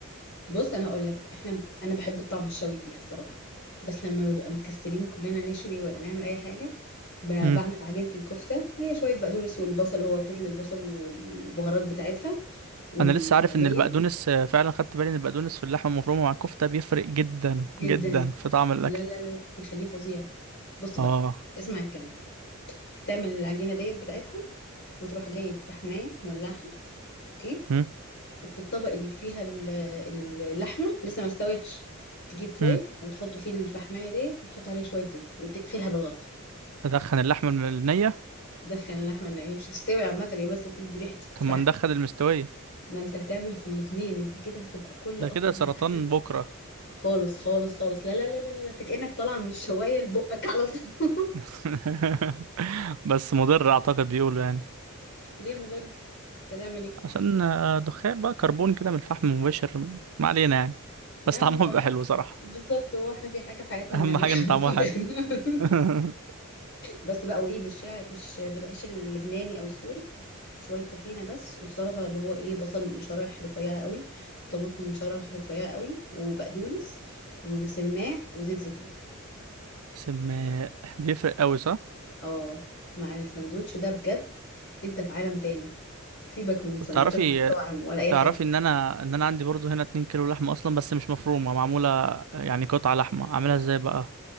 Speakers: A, on the left; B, on the right.
A: بص انا هقول لك احنا انا بحب الطعم الشوي فيها الصراحة بس لما بنبقى مكسرين كلنا نشوي ولا نعمل اي حاجة ب-
B: مم.
A: بعمل عجينة الكفتة هي شوية بقدونس والبصل هو فتل البصل والبهارات بتاعتها واللية
B: انا لسه عارف ان البقدونس آه، فعلا خدت بالي ان البقدونس في اللحمه المفرومه مع الكفته بيفرق جدا
A: جدا
B: جدا في طعم الاكل
A: لا لا لا لا بيخليه فظيع بص بقى
B: اه
A: اسمع الكلام هتعمل العجينة ديت بتاعتها وتروح جايب فحماية مولعها اوكي
B: مم.
A: وفي الطبق اللي فيها ال- ال- اللحمة لسه ما استوتش تجيب فويل
B: مم.
A: وتحط فيه الفحماية ديت وتحط عليها شوية زيت وتقفلها بالغطا
B: ادخن اللحمه الم- النيه
A: تدخل اللحمة ان هي مش هتستوي عامة هي بس تدي ريحة
B: طب
A: الفحم
B: ما ندخن المستويه
A: ما انت هتعمل في الاتنين انت كده هتبقى كل
B: ده
A: قطمة
B: كده سرطان
A: هتحس
B: بكره
A: خالص خالص خالص لا لا لا لا لا لا، انت كأنك طالعة من الشواية لبقك على طول
B: <laughs> بس مضر اعتقد بيقولوا يعني
A: <laughs> ليه مضر انت هتعمل ايه؟
B: عشان آه، دخان بقى كربون كده من الفحم المباشر ما علينا يعني
A: يا
B: بس
A: عم
B: طعمها
A: هو
B: بيبقى حلو صراحه
A: بالظبط هو احنا في حاجة في حياتنا
B: اهم
A: بنعملها
B: حاجه ان
A: مفيدة
B: طعمها حلو
A: <laughs>
B: <laughs>
A: بس بقى وايه بالشعر بالش... بالعيش اللبناني او السوري شويه طحينه بس وسلطه اللي هو ايه بصل شرايح رفيعه قوي طماطم شرايح رفيعه قوي وبقدونس وسماق وزيت زيتون
B: سم بيفرق قوي صح
A: اه مع الساندوتش ده بجد انت في عالم تاني سيبك من سندوتشات
B: طب تعرفي
A: المطاعم ولا اي حاجه
B: تعرفي ان انا ان انا عندي برضو هنا 2 كيلو لحمه اصلا بس مش مفرومه معموله يعني قطعه لحمه اعملها ازاي بقى